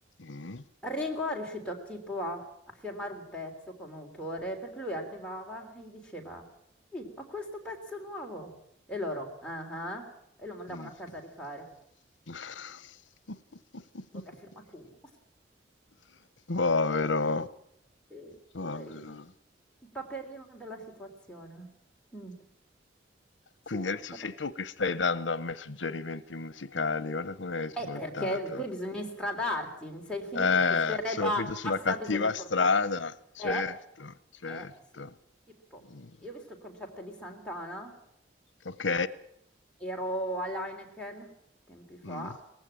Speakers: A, on the left; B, in the centre.
A: mm,
B: Ringo è riuscito tipo a, a firmare un pezzo come autore, perché lui arrivava e gli diceva, Sì, ho questo pezzo nuovo. E loro, ah ah, e lo mandavano
A: mm.
B: a casa a rifare.
A: <laughs>
B: Tipo, ne ha firmato uno. <laughs>
A: Povero,
B: Sì,
A: povero.
B: poverino. Il paperino della situazione. Mm. Sì,
A: Quindi adesso
B: però-
A: sei tu che stai dando a me suggerimenti musicali, guarda come hai svoltato.
B: Eh, perché qui bisogna istradarti, mi sei finito
A: Eh,
B: su ste re
A: sono
B: basta,
A: finito sulla cattiva
B: bisogna portarti.
A: strada, certo,
B: Eh,
A: certo.
B: eh, sì. Tipo,
A: Mm,
B: io ho visto il concerto di Santana,
A: Ok.
B: ero all'Heineken tempi fa,
A: Mm,